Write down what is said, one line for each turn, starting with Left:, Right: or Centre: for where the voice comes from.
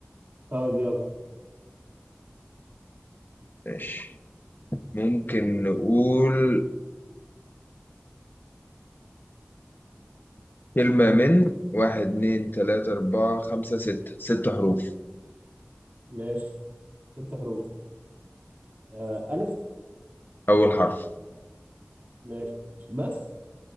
Right: طيب يلا
Left: ماشي ممكن نقول كلمة من واحد اتنين تلاتة أربعة خمسة ستة ست حروف
Right: ماشي ست حروف آه الف
Left: أول حرف
Right: ماشي بس